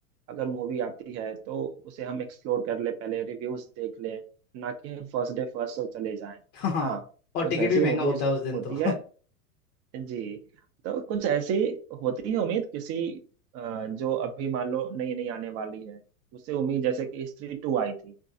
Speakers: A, on the right; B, on the left.
A: अगर मूवी आती है तो उसे हम एक्सप्लोर कर ले पहले रिव्यूज देख लें ना कि फर्स्ट डे फर्स्ट शो चले जाएं
B: <laughs> हाँ
A: हाँ
B: और
A: कुछ
B: टिकट
A: ऐसी
B: भी महंगा
A: मूवीज
B: होता है उस दिन
A: होती
B: तो
A: है जी तो कुछ ऐसी होती है उम्मीद किसी अ, जो अभी मान लो नई नई आने वाली है उससे उम्मीद जैसे कि स्त्री टू आई थी